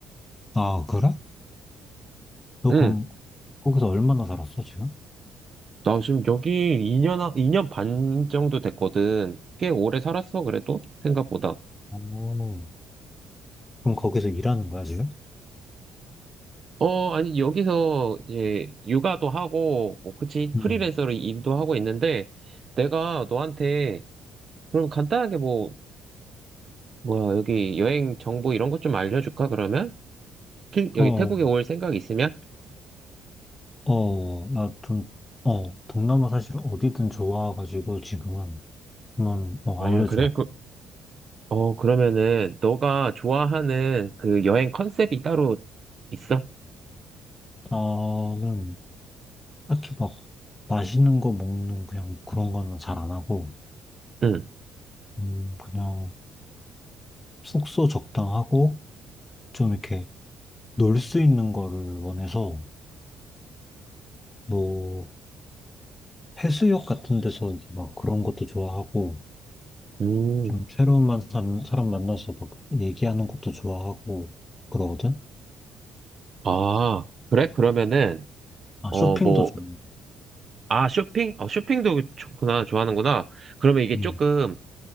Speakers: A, on the left; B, on the right.
A: 아, 그래? 너
B: 응.
A: 그럼 거기서 얼마나 살았어, 지금?
B: 나 지금 여기 2년, 이 년 반 정도 됐거든. 꽤 오래 살았어, 그래도? 생각보다.
A: 오. 그럼 거기서 일하는 거야, 지금?
B: 어, 아니, 여기서 이제 육아도 하고, 뭐, 그치,
A: 응.
B: 프리랜서로 일도 하고 있는데, 내가 너한테, 그럼 간단하게 뭐, 뭐야, 여기 여행 정보 이런 것 좀 알려줄까, 그러면? 피- 여기
A: 어,
B: 태국에 올 생각 있으면?
A: 어, 어, 나 좀, 어, 동남아 사실 어디든 좋아가지고 지금은, 한번 뭐
B: 아,
A: 알려줘.
B: 그래? 어, 그러면은, 너가 좋아하는 그 여행 컨셉이 따로 있어?
A: 나는 딱히 막 맛있는 거 먹는 그냥 뭐 그런 거는 잘 안 하고,
B: 응.
A: 음, 그냥 숙소 적당하고 좀 이렇게 놀 수 있는 거를 원해서 뭐 해수욕 같은 데서 이제 막 그런 것도 좋아하고
B: 음.
A: 좀 새로운 만- 사람 사람 만나서 막 얘기하는 것도 좋아하고 그러거든.
B: 아, 그래? 그러면은,
A: 아
B: 어,
A: 쇼핑도
B: 뭐,
A: 좋아.
B: 아, 쇼핑? 어, 쇼핑도 좋구나, 좋아하는구나. 그러면 이게
A: 음,
B: 조금